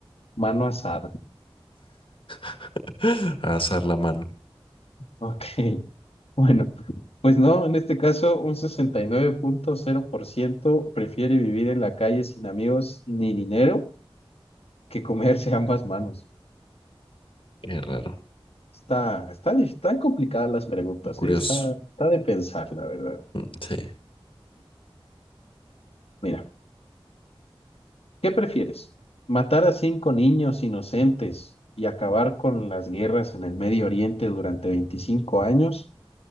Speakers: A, on the left; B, on the left.
A: Mano asada.
B: <laughs> a asar la mano.
A: Ok. <laughs> Bueno, pues no, en este caso un sesenta y nueve punto cero por ciento prefiere vivir en la calle sin amigos ni dinero que comerse <laughs> ambas manos.
B: Qué raro,
A: Está, está, dif- están complicadas las preguntas,
B: o curioso.
A: ¿eh? Está, está de pensar, la verdad.
B: Mm, Sí.
A: Mira. ¿Qué prefieres? ¿Matar a cinco niños inocentes y acabar con las guerras en el Medio Oriente durante 25 años?